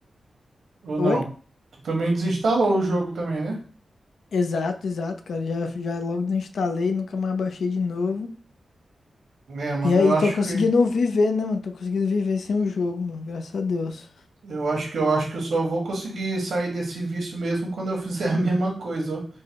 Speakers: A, on the right (about 75°); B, on the left (about 80°).
A: Ou
B: Oi?
A: não? Tu também desinstalou o jogo também, né?
B: Exato, exato, cara. Já, já logo desinstalei, nunca mais baixei de novo.
A: É, mano,
B: E aí,
A: eu acho
B: tô conseguindo
A: que
B: viver, né, mano? Tô conseguindo viver sem o jogo, mano. Graças a Deus.
A: eu acho que eu acho que eu só vou conseguir sair desse vício mesmo quando eu fizer a <laughs> mesma coisa, ó.